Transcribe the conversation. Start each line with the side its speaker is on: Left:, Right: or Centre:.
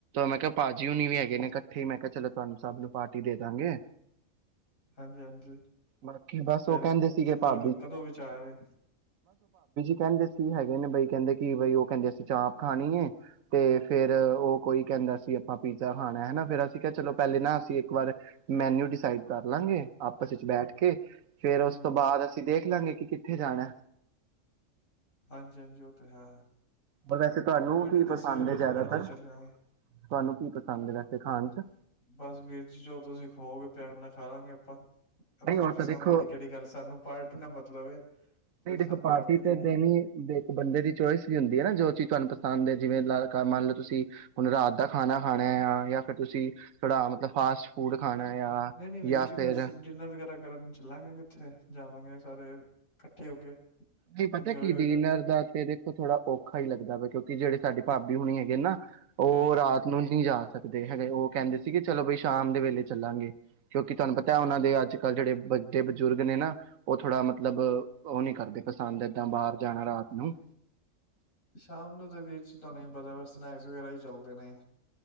Right: ਮੈਂ ਕਿਹਾ ਭਾਜੀ ਹੋਣੀ ਵੀ ਹੈਗੇ ਨੇ ਇਕੱਠੇ ਮੈਂ ਕਿਆ ਚਲੋ, ਤੁਆਨੂੰ ਸਭ ਨੂੰ ਪਾਰਟੀ ਦੇ ਦੇਦਾਂਗੇ।
Left: ਹਾਂਜੀ ਹਾਂਜੀ
Right: ਬਾਕੀ ਬਸ
Left: ਫਿਰ
Right: ਉਹ ਕਹਿੰਦੇ ਸੀਗੇ
Left: ਕਿੱਧਰ
Right: ਭਾ
Left: ਕਦੋਂ ਵਿਚਾਰ
Right: ਕਹਿੰਦੇ ਸੀ ਹੈਗੇ, ਨੇ ਬਈ ਕਹਿੰਦੇ ਕਿ ਬਈ ਉਹ ਕਹਿੰਦੇ ਅਸੀਂ ਚਾਪ ਖਾਣੀ ਹੈ ਤੇ ਫੇਰ ਉਹ ਕੋਈ ਕਹਿੰਦਾ ਸੀ, ਆਪਾਂ ਪੀਜ਼ਾ ਖਾਣਾ ਹਨਾ, ਫਿਰ ਅਸੀਂ ਕ ਚਲੋ ਪਹਿਲੇ ਨਾ ਅਸੀਂ ਇੱਕ ਵਾਰ ਮੈਨਊ ਡਿਸਾਈਡ ਕਰ ਲਾਂਗੇ ਆਪਸ ਵਿੱਚ ਬੈਠ ਕੇ ਫੇਰ
Left: ਹੂੰ
Right: ਉਸ ਤੋਂ ਬਾਅਦ, ਦੇਖ ਲਾਂਗੇ ਕਿ ਕਿੱਥੇ ਜਾਣਾ
Left: ਹਾਂਜੀ-ਹਾਂਜੀ ਉਹ ਤੇ ਹੈ।
Right: ਵੈਸੇ ਤੁਹਾਨੂੰ
Left: ਕੋਈ ਨੀ
Right: ਕੀ
Left: ਦੱਸਿਓ
Right: ਪਸੰਦ
Left: ਜਦੋਂ
Right: ਹੈ ਜ਼ਿਆਦਾਤਰ
Left: ਮਰਜੀ ਚੱਲਿਆਗੇ।
Right: ਤੁਹਾਨੂੰ ਕੀ ਪਸੰਦ ਹੈ ਵੈਸੇ ਖਾਣ ਚ,
Left: ਬਸ ਵੀਰ ਜੀ ਜੋ ਤੁਸੀਂ ਖਵਾਉਗੇ ਪਿਆਰ ਨਾਲ ਖਾਲਾਗੇ ਆਪਾਂ ਇਹਦੇ
Right: ਨਹੀਂ
Left: ਚ
Right: ਉਹ
Left: ਪਸੰਦ
Right: ਤਾਂ ਦੇਖੋ,
Left: ਵਾਲੀ ਕਿਹੜੀ ਗੱਲ ਸਾਨੂੰ ਪਾਰਟੀ ਨਾਲ ਮਤਲਬ ਏ ਤੁਸੀਂ
Right: ਨਹੀਂ ਦੇਖੋ
Left: ਸਾਨੂੰ
Right: ਪਾਰਟੀ ਤੇ ਦੇਣੀ
Left: ਏ।
Right: ਦੇ ਇੱਕ ਬੰਦੇ ਦੀ ਚੋਇਸ ਵੀ ਹੁੰਦੀ ਹੈ ਨਾ ਜੋ ਚੀਜ਼। ਤੁਹਾਨੁੰ ਪਸੰਦ ਹੈ, ਜਿਵੇਂ ਮੰਨ ਲਓ ਤੁਸੀਂ ਹੁਣ ਰਾਤ ਦਾ ਖਾਣਾ ਖਾਣਾ ਆ ਜਾਂ ਫਿਰ ਤੁਸੀਂ ਥੋੜਾ ਮਤਲਬ ਫਾਸਟ ਫੂਡ ਖਾਣਾ ਹੈ ਆ
Left: ਨਹੀਂ ਨਹੀਂ ਵੀਰ
Right: ਜਾਂ
Left: ਜੀ
Right: ਫਿਰ
Left: ਬਸ ਡਿਨਰ ਵਗੈਰਾ, ਕਰਨ ਚੱਲਾਂਗੇ ਕਿੱਥੇ ਜਾਵਾਂਗੇ ਸਾਰੇ ਇਕੱਠੇ ਹੋ ਕੇ,
Right: ਕੀ ਪਤਾ
Left: ਇੰਜੋਏ
Right: ਕੀ
Left: ਹੋ
Right: ਡੀਨਰ
Left: ਜਾਂਦਾ
Right: ਦਾ ਤੇ ਦੇਖੋ, ਥੋੜਾ ਔਖਾ ਹੀ ਲੱਗਦਾ ਵਾ ਕਿਉਂਕਿ ਤੇ ਜਿਹੜੇ ਸਾਡੀ ਭਾਬੀ ਹੋਣੀ ਹੈਗੇ ਨਾ ਉਹ
Left: ਹਾਂਜੀ।
Right: ਰਾਤ ਨੂੰ ਨਹੀਂ ਜਾ ਸਕਦੇ ਹੈਗੇ, ਉਹ ਕਹਿੰਦੇ ਸੀਗੇ ਚਲੋ ਬਈ ਸ਼ਾਮ ਦੇ ਵੇਲੇ ਚੱਲਾਂਗੇ ਕਿਉਂਕਿ ਤੁਹਾਨੂੰ ਪਤਾ ਉਹਨਾਂ ਦੇ ਅੱਜ ਕੱਲ੍ਹ ਜਿਹੜੇ ਵੱਡੇ ਬਜ਼ੁਰਗ ਨੇ ਨਾ ਉਹ ਥੋੜਾ ਮਤਲਬ ਉਹ ਨੀ ਕਰਦੇ। ਪਸੰਦ ਏਦਾਂ ਬਾਹਰ ਜਾਣਾ ਰਾਤ ਨੂੰ।
Left: ਸ਼ਾਮ ਨੂੰ ਤਾਂ ਵੀਰ ਜੀ ਤੁਹਾਨੂੰ ਹੀ ਪਤਾ ਵੀ ਸਨੈਕਸ ਵਗੈਰਾ ਹੀ ਚੱਲਦੇ ਨੇ।